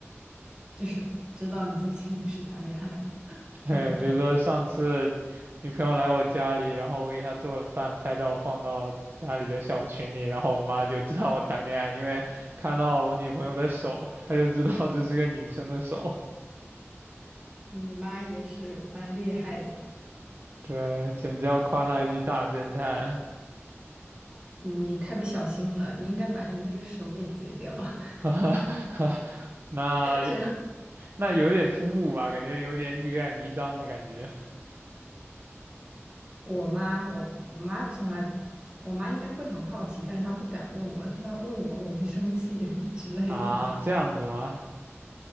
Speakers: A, on the right; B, on the right.
A: 就是知道你最近是谈恋爱了，
B: <laughs>
A: 是吗？
B: 哎，比如说上次女朋友来我家里，然后我给她做了饭，拍照放到家里的小群里，然后我妈就知道我谈恋爱，因为看到我女朋友的手，她就知道这是个女生的手。
A: 你妈也是蛮厉害的。
B: 对，简直要夸她一句大侦探。
A: 你太不小心了，你应该把你那个手给截掉。<laughs>
B: <laughs> 那
A: 这样，
B: 那有点突兀吧，感觉有点欲盖弥彰的感觉
A: 我妈，我我妈从来，我妈应该会很好奇，但是她不敢问我，她怕问我我会生气 <laughs> 之类的。
B: 啊，这样子吗？